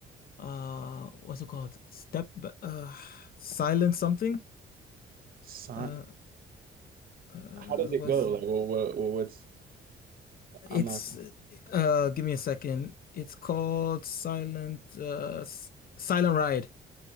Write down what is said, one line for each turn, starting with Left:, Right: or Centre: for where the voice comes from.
Left: Uh, what's it called? Step, B- uh, Silent something.
Right: Si- uh,
Left: Uh, uh,
Right: how does it
Left: what's
Right: go? Like what, what well, what's
Left: it's?
Right: I'm not
Left: Uh, give me a second. It's called Silent. Uh, S- Silent Ride.